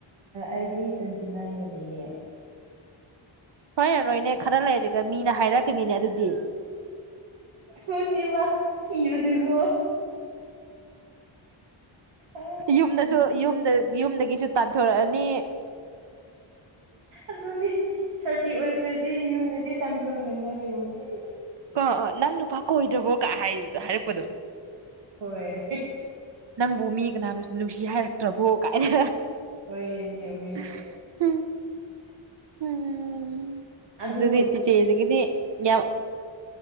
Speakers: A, on the right (about 80°); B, on the right (about 60°).
A: ꯑꯩꯗꯤ ꯇ꯭ꯋꯦꯟꯇꯤ ꯅꯥꯏꯟꯗ ꯂꯩꯌꯦ
B: ꯁꯣꯏꯔꯔꯣꯏꯅꯦ ꯈꯔ ꯂꯩꯔꯒ ꯃꯤꯅ ꯍꯥꯏꯔꯛꯀꯅꯤꯅꯦ ꯑꯗꯨꯗꯤ
A: ꯊꯨꯅꯦꯕ ꯀꯤꯕꯗꯨꯒꯣ ꯑꯥ
B: ꯌꯨꯝꯗꯁꯨ
A: ꯀꯤ
B: ꯌꯨꯝꯗ ꯌꯨꯝꯗꯒꯤꯁꯨ ꯇꯥꯟꯊꯣꯔꯛꯑꯅꯤ
A: ꯑꯗꯨꯅꯤ ꯊꯥꯔꯇꯤ ꯑꯣꯏꯈ꯭ꯔꯗꯤ ꯌꯨꯝꯗꯩꯗꯤ ꯇꯥꯟꯊꯈ꯭ꯔꯅꯤ ꯑꯩꯌꯩꯕꯨꯗꯤ
B: ꯑ ꯑ ꯅꯪ ꯅꯨꯄꯥ ꯀꯣꯏꯗ꯭ꯔꯕꯣ ꯀ ꯍꯥꯏꯌꯨꯗꯣ ꯍꯥꯏꯔꯛꯄꯗꯣ
A: ꯍꯣꯏ
B: ꯅꯪꯕꯨ ꯃꯤ ꯀꯅꯥꯅꯁꯨ ꯅꯨꯡꯁꯤ ꯍꯥꯏꯔꯛꯇ꯭ꯔꯕꯣ ꯀꯥꯏꯅ
A: ꯍꯣꯏꯅꯦ ꯍꯣꯏꯅꯦ
B: <unintelligible> ꯎꯝ ꯎꯝ
A: ꯑꯗꯨ
B: ꯑꯗꯨꯇꯆꯒꯗꯤ ꯑ